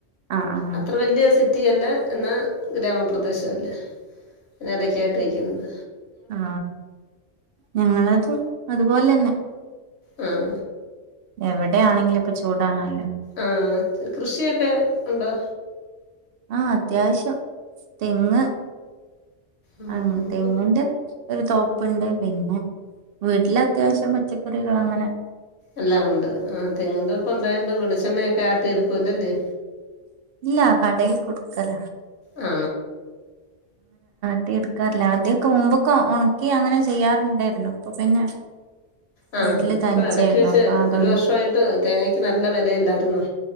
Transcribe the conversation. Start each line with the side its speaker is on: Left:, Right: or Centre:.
Right: ആഹ് ആഹ്
Left: അത്ര വല്യ സിറ്റിയല്ല എന്നാ ഗ്രാമപ്രദേശവല്ല എടക്കായിട്ട നിക്കുന്നത്
Right: ആ ഞങ്ങളെതും അത് പോലെന്നെ
Left: ഉം
Right: എവിടെയാണെങ്കിലൊക്കൊ ചൂടാണല്ലോ
Left: ആഹ് കൃഷിയൊക്കെ ഉണ്ടോ
Right: ആ അത്യാവശ്യം തെങ്ങ്
Left: ആഹ്
Right: ആണോ
Left: നമുക്ക്
Right: തെങ്ങ്ന്റെ ഒര് തോപ്പ്ണ്ട് പിന്നെ വീട്ടിലത്യാവശ്യം പച്ചക്കറികളങ്ങനെ
Left: എല്ലാം ഉണ്ട് ആ തെങ്ങിൻതോപ്പ് ഉണ്ടായണ്ട് വെളിച്ചെണ്ണയൊക്കെ ആട്ടി എടുക്കുവല്ലെ അല്ലേ
Right: ഇല്ല കടയിൽ കൊട്ക്കല
Left: ആ
Right: ആട്ടി എട്ക്കാറില്ല ആദ്യൊക്കെ മുമ്പൊക്കെ ഒണ്ക്കി അങ്ങനെ ചെയ്യാറുണ്ടേയ്രുന്നു പ്പൊ പിന്നെ
Left: ആ
Right: വീട്ടില് തനിച്ചേ
Left: പ്പ ഇടക്ക്
Right: ഉള്ളു
Left: വെച്ച്
Right: അപ്പൊ അതൊണ്ട്
Left: ഒരു വർഷ വായിട്ട് തേങ്ങക്ക് നല്ല വെലയില്ലായിരുന്നോ